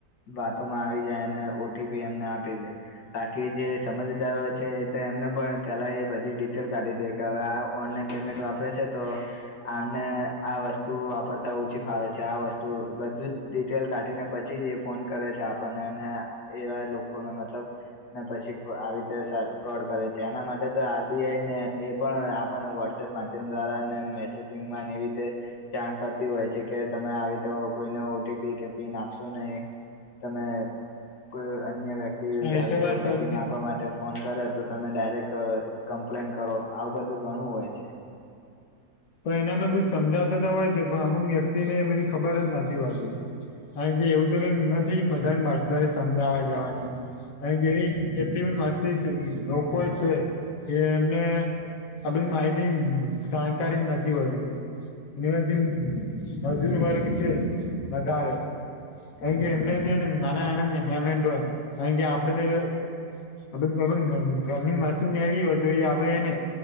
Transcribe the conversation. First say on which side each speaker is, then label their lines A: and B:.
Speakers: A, on the left; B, on the left.
A: વાતોમાં આવી જાય અને ઓ ટી પી એમને આપી દે. બાકી જે સમજદારો છે એ તો એમને પણ પેલા એ બધી ડિટેલ કાઢી દે કે હવે આ ઓનલાઈન પેમેન્ટ વાપરે છે તો, આમને આ વસ્તુ વાપરતા ઓછી ફાવે છે આ વસ્તુ ત બધું જ ડિટેલ કાઢીને પછી જ એ ફોન કરે છે, આપણને એને એવા લોકોને મતલબ અને પછી આવી રીતે ફ્રોડ કરે છે એના માટે તો આરબીઆઈને એ પણ આપણને વ માધ્યમ દ્વારા અને મેસેજિંગ એ રીતે, જાણ કરતી હોય છે કે તમે આવી કોઈને ઓ ટી પી કે પિન આપશો નહી, તમે કોઈ અન્ય વ આવી
B: હા એ
A: તો
B: વાત
A: ઓ
B: સાચી
A: ટપી મા મા માટે ફોન કરે તો તમે ડાયરેક્ટ કમ્પ્લેન કરો આવું બધું ઘણું હોય છે.
B: પણ એના અમે બધ સમજાવતા તો હોય છે, પણ અમુક વ્યક્તિને બધી ખબર જ નથી હોતી. કાર કે એવું તો કઈ નથી બધા પર્સનલી સમજાવા જવાને. કારણ કે એવી કેટલી પણ મસ્તી છે, લોકો છે કે એમને આ બધી માહિતી જાણકારી જ નથી હોતી. એ જે મજૂરી વર્ગ છે, વધારે. ક કે એમને છે નાના એ હમે, કે આપડે તો ખ ઘર ની વસ્તુ ને આવી હોય તો એ આપડે એને